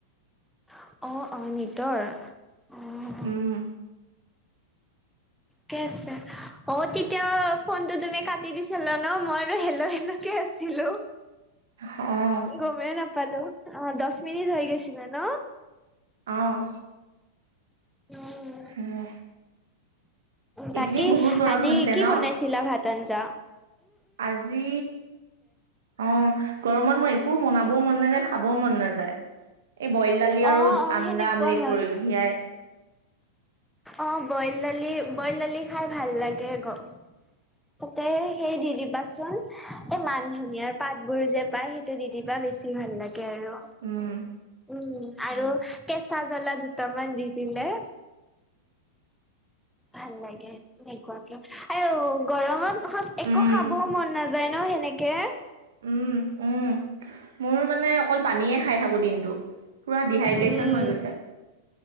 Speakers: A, in the centre; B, on the right.
A: অ', অ', নিটৰ? অ
B: উম।
A: ঠিকে আছে। অ', তেতিয়া ফোনটো তুমি কাটি দিছিলা ন'? মই আৰু হেল্ল' হেল্ল' কে আছিলো।
B: অ'।
A: গমেই নাপালোঁ। অ', দশ মিনিট হৈ গৈছিলে ন'?
B: অ'।
A: <unintelligible>
B: <unintelligible>
A: তাকে,
B: এইকেইদিন বহুত গৰম
A: আজি
B: হৈছে
A: কি
B: ন
A: বনাইছিলা ভাত-আঞ্জা?
B: আজি অ', গৰমত মোৰ একো বনাবও মন নাযায় খাবও মন নাযায় এই বইল দালি আৰু
A: অ অ
B: আন্দা
A: সেনেকুৱা
B: আমলেট
A: হয়
B: কৰিলো সিয়াই
A: অ', বইল দালি বইল দালি খাই ভাল লাগে গ <unintelligible> তাতে সেই দি দিবাচোন, এই মান ধনিয়াৰ পাতবোৰ যে পাই সেইটো দিদিবা বেছি ভাল লাগে আৰু
B: উম,
A: উম, আৰু কেঁচা জ্বলা দুটামান দি দিলে ভাল লাগে তেনেকুৱাকে, আৰু গৰমত একো
B: উম
A: খাবও মন নাযায় যায় ন সেনেকে
B: উম, উম, মোৰ মানে অকল পানীয়ে খাই থাকোঁ দিনটো পুৰা ডিহাইড্ৰেচন
A: উম
B: হৈ গৈছে